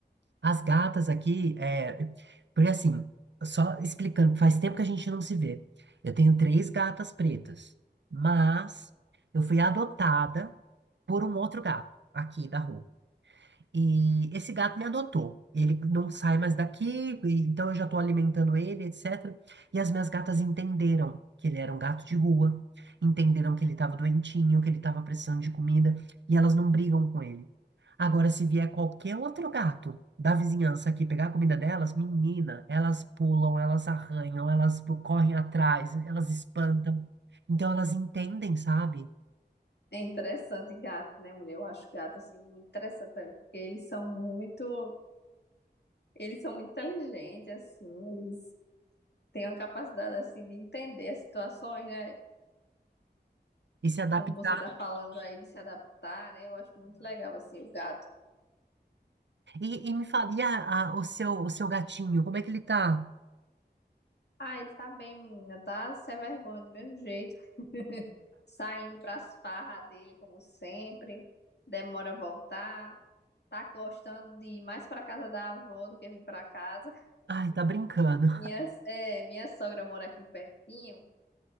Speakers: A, on the right; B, on the left.
A: as gatas aqui, é, porque assim, só explicando, faz tempo que a gente não se vê. Eu tenho três gatas pretas, mas eu fui adotada por um outro gato aqui da rua. E esse gato me adotou. Ele não sai mais daqui, e- então eu já estou alimentando ele, etc. E as minhas gatas entenderam que ele era um gato de rua, entenderam que ele estava doentinho, que ele estava precisando de comida, e elas não brigam com ele. Agora, se vier qualquer outro gato da vizinhança aqui pegar a comida delas, menina, elas pulam, elas arranham, elas correm atrás, elas espantam. Então elas entendem, sabe?
B: É interessante gato, né, mulher? Eu acho gato, assim, muito interessante também, porque eles são muito, eles são muito inteligentes, assim, eles têm uma capacidade, assim, de entender as situações, né?
A: E se adaptar.
B: Como você tá falando aí, de se adaptar, né? Eu acho muito legal, assim, o gato.
A: E, e me fala, e a- a- o seu, o seu gatinho, como é que ele tá?
B: Ah, ele tá bem, menina, tá? Se é vergonha do mesmo jeito. saindo para as farras dele, como sempre, demora a voltar, tá gostando de ir mais para casa da avó do que vir para casa.
A: Ai, tá brincando.
B: Minha, é, minha sogra mora aqui pertinho,